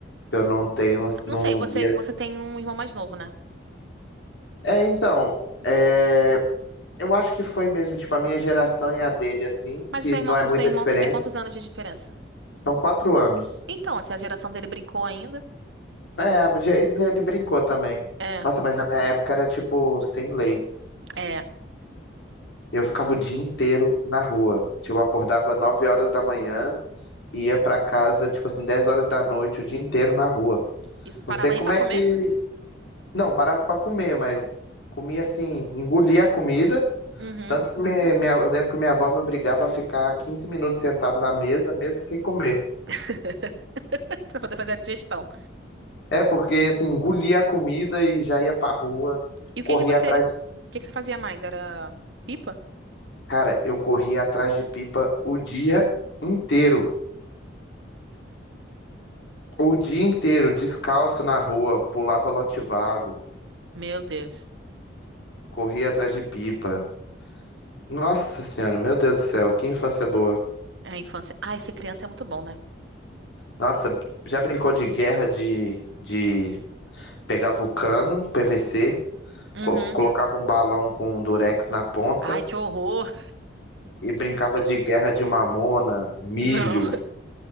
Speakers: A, on the left; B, on the right.
A: Eu não tenho, assim,
B: Não
A: não
B: sei, você,
A: via.
B: você tem um irmão mais novo, né?
A: É, então, é, eu acho que foi mesmo, tipo, a minha geração e a dele, assim,
B: Mas
A: que
B: o seu irmão,
A: não é
B: o
A: muita
B: seu irmão
A: diferença.
B: é quantos anos de diferença?
A: São quatro anos.
B: Então, se a geração dele brincou ainda.
A: É, a ge- ele, ele brincou também.
B: É,
A: Nossa, mas na minha época era, tipo, sem lei.
B: é.
A: Eu ficava o dia inteiro na rua. Tipo, eu acordava 9 horas da manhã e ia pra casa, tipo assim, 10 horas da noite, o dia inteiro na rua.
B: Isso, não parava
A: Não sei como
B: nem pra
A: é
B: comer?
A: que. <laughs> Não, parava pra comer, mas comia assim, engolia a comida.
B: Uhum.
A: Tanto que minha, minha- eu lembro que minha avó me obrigava a ficar 15 minutos sentado na mesa, mesmo sem comer.
B: <laughs> Pra poder fazer a digestão.
A: É, porque assim, engolia a comida e já ia pra rua,
B: E o
A: corria
B: que que você,
A: atrás.
B: o que que você fazia mais? Era pipa?
A: Cara, eu corria atrás de pipa o dia inteiro. O dia inteiro, descalço na rua, pulava lote vago,
B: Meu Deus.
A: corria atrás de pipa. Nossa senhora, meu Deus do céu, que infância boa.
B: É a infância. Ai, ser criança é muito bom, né?
A: Nossa, já brincou de guerra de, de pegar vulcano, PVC,
B: Uhum.
A: co- colocava um balão com um durex na ponta
B: Ai, que horror.
A: e brincava de guerra de mamona, milho.
B: <laughs> Não,